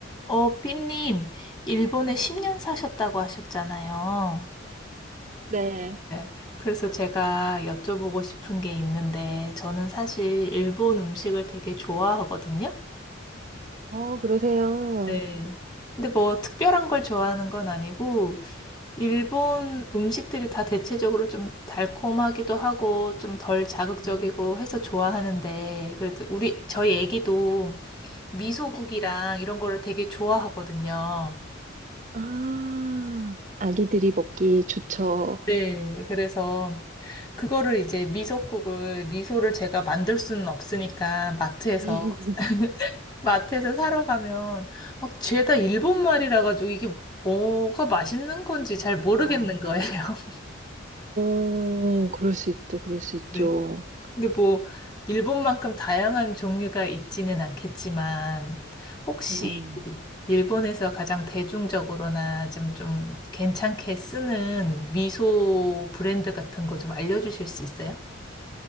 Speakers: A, on the left; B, on the right.
A: 어, 삐님, 일본에 10년 사셨다고 하셨잖아요.
B: 네.
A: 네. 그래서 제가 여쭤보고 싶은 게 있는데, 저는 사실 일본 음식을 되게 좋아하거든요.
B: 어, 그러세요.
A: 네. 근데 뭐 특별한 걸 좋아하는 건 아니고, 일본 음식들이 다 대체적으로 좀 달콤하기도 하고, 좀 덜 자극적이고
B: 음.
A: 해서 좋아하는데, 그래도 우리, 저희 애기도 미소국이랑 이런 거를 되게 좋아하거든요.
B: 아, 아기들이 먹기 좋죠.
A: 네. 그래서 그거를 이제 미소국을, 미소를 제가 만들 수는 없으니까 마트에서,
B: <laughs>
A: <laughs> 마트에서 사러 가면 막 죄다 일본 말이라 가지고 이게 뭐가 맛있는 건지 잘 모르겠는
B: 어
A: 거예요. <laughs>
B: 어, 그럴 수 있죠. 그럴 수 있죠.
A: 네. 근데 뭐, 일본만큼 다양한 종류가 있지는 않겠지만, 혹시
B: 음,
A: 일본에서 가장 대중적으로나 좀, 좀 괜찮게 쓰는 미소 브랜드 같은 거 좀 알려주실 수 있어요?